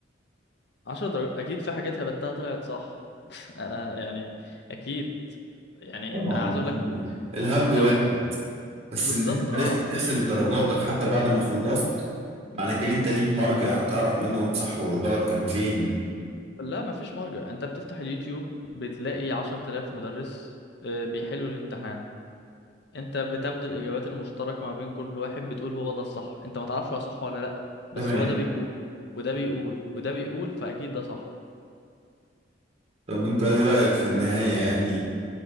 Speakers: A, on the left (about 65°); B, on the right (about 35°).
A: عشر درجات اكيد في حاجات هبتها طلعت صح <laughs> انا يعني اكيد يعني
B: طبعا
A: انت عايز اقول لك
B: الهبد
A: لو
B: واحد
A: الأ-
B: بس
A: بالظبط
B: إن أنت
A: اه
B: عرفت تحسب درجاتك حتى بعد ما خلصت معنى كده أنت ليك مرجع تعرف منه الصح والغلط كان فين
A: لا ما فيش مرجع انت بتفتح اليوتيوب بتلاقي 10000 مدرس آه، بيحلوا الامتحان انت بتاخد الاجابات المشتركه ما بين كل واحد بتقول هو ده الصح انت ما تعرفش هو صح ولا لا بس
B: تمام
A: هو ده بيقول وده بيقول وده بيقول فاكيد ده صح
B: طب أنت إيه رأيك في النهاية يعني